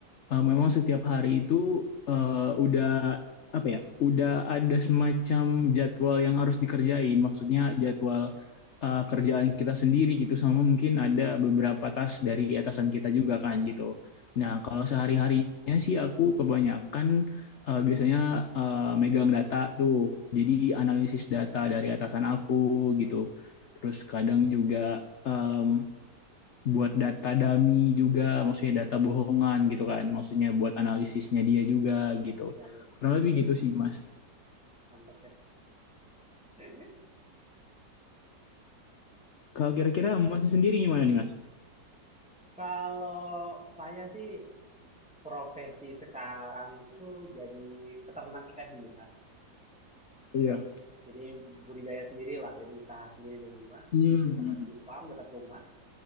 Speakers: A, on the left; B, in the centre.
A: eh, memang setiap hari itu eh, udah apa ya udah ada semacam jadwal yang harus dikerjain maksudnya jadwal eh, kerjaan kita sendiri gitu sama mungkin ada beberapa tas dari atasan kita juga kan gitu nah kalau sehari harinya sih aku kebanyakan eh, biasanya eh, megang data tuh jadi analisis data dari atasan aku gitu terus kadang juga um, buat data dummy juga, maksudnya data bohongan gitu kan, maksudnya buat analisisnya dia juga gitu.
B: Ya, ya,
A: Kurang lebih gitu sih Mas.
B: mantap ya. <laughs>
A: Kalau kira-kira Masnya sendiri gimana nih Mas?
B: Kalau saya sih profesi sekarang itu jadi peternak ikan hias.
A: Iya.
B: Jadi budidaya sendiri lah, jadi usaha sendiri di rumah,
A: Hmm,
B: di rumah, di farm dekat rumah.